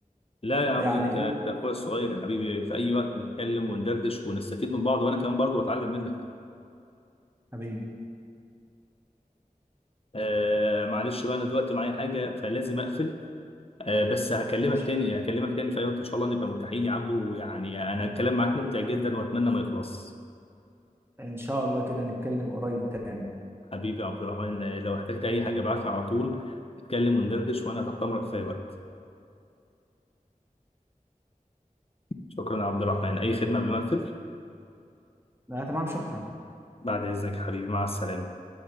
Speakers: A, on the left; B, on the right.
A: لا يا عبدو
B: ويعني
A: انت انت
B: ايه
A: اخويا الصغير يا حبيبي في اي وقت نتكلم وندردش ونستفيد من بعض وانا كمان برضو بتعلم منك
B: حبيبي
A: آه معلش بقى انا دلوقتي معايا حاجه فلازم اقفل آه بس هكلمك
B: ماشي
A: تاني هكلمك تاني في اي وقت ان شاء الله نبقى متاحين يا عبدو ويعني انا الكلام معاك ممتع جدا واتمنى ما يخلص
B: ان شاء الله كده نتكلم قريب تاني
A: حبيبي يا عبد الرحمن آه، لو احتجت اي حاجه ابعت لي على طول نتكلم وندردش وانا تحت امرك في اي وقت شكرا يا عبد الرحمن اي خدمه قبل ما اقفل
B: لا تمام شكرا
A: بعد اذنك يا حبيبي مع السلامه